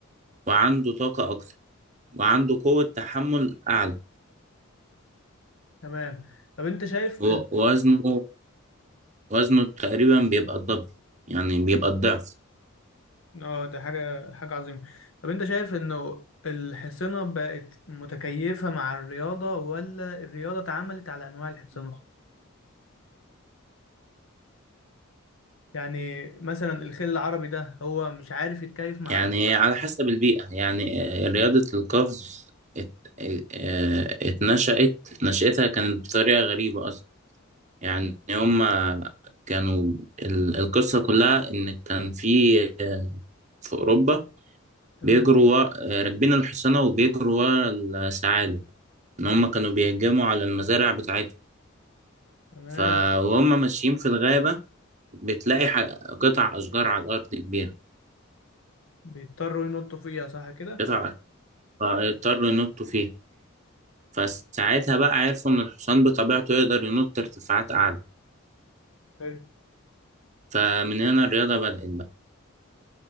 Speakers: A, on the right (about 35°); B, on the left (about 70°).
A: وعنده طاقة أكتر وعنده قوة تحمل أعلى
B: تمام طب انت شايف
A: و-
B: ال...
A: ووزنه وزنه تقريبا بيبقى الضعف يعني بيبقى الضعف
B: اه ده حاجة حاجة عظيمة طب انت شايف انه الحصينة بقت متكيفة مع الرياضة ولا الرياضة اتعملت على انواع الحصينة يعني مثلا الخيل العربي ده هو مش عارف يتكيف مع
A: يعني
B: ال...
A: على حسب البيئة يعني آه، رياضة القفز ات... آه، اتنشأت نشأتها كانت بطريقة غريبة أصلا يعني هما كانوا ال- القصة كلها إن كان في آه، في أوروبا
B: تمام
A: بيجروا ورا... آه، راكبين الحصانة وبيجروا ورا الثعالب إن
B: مم.
A: هما كانوا بيهجموا على المزارع بتاعتهم
B: تمام
A: فهم ماشيين في الغابة بتلاقي ح- قطع أشجار على الأرض كبيرة
B: بيضطروا ينطوا فيها صح كده
A: قطع فيضطروا ينطوا فيها فساعتها بقى عرفوا إن الحصان بطبيعته يقدر ينط ارتفاعات أعلى
B: حلو
A: فمن هنا الرياضة بدأت بقى